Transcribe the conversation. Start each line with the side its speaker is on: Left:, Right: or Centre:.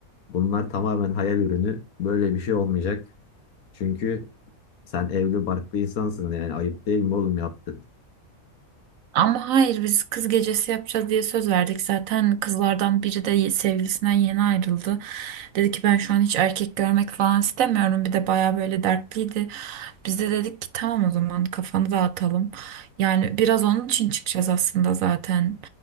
Left: Bunlar tamamen hayal ürünü. Böyle bir şey olmayacak. Çünkü sen evli barklı insansın yani ayıp değil mi oğlum yaptın?
Right: Ama hayır biz kız gecesi yapacağız diye söz verdik. Zaten kızlardan biri de ye- sevgilisinden yeni ayrıldı. Dedi ki ben şu an hiç erkek görmek falan istemiyorum. Bir de baya böyle dertliydi. Biz de dedik ki tamam o zaman kafanı dağıtalım. Yani biraz onun için çıkacağız aslında zaten.